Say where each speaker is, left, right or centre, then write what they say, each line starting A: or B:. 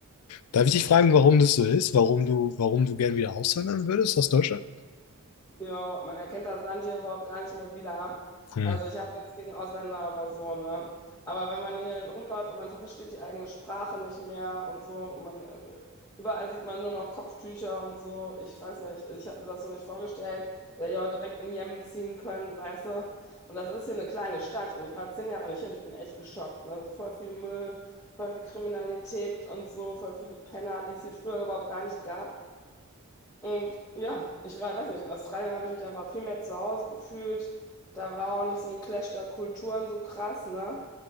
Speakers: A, on the left; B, on the left.
A: Darf ich dich fragen, warum das so ist? Warum du, warum du gern wieder auswandern würdest aus Deutschland?
B: Ja, man erkennt das Land hier überhaupt gar nicht mehr wieder.
A: Hm,
B: Also ich habe nichts gegen Ausländer oder so, ne? Aber wenn man hier rumläuft und man versteht die eigene Sprache nicht mehr und so, und man, äh, überall sieht man nur noch Kopftücher und so, ich weiß nicht, ich habe mir das so nicht vorgestellt, der ja direkt in Jemen ziehen können, weißt du? Und das ist hier eine kleine Stadt und ich war zehn Jahre nicht hier und ich bin echt geschockt, ne? Also voll viel Müll, voll viel Kriminalität und so, voll viele Penner, die es hier früher überhaupt gar nicht gab. Und ja, ich war, weiß nicht, in Australien habe ich mich einfach viel mehr zu Hause gefühlt. Da war auch nicht so ein Clash der Kulturen so krass, ne?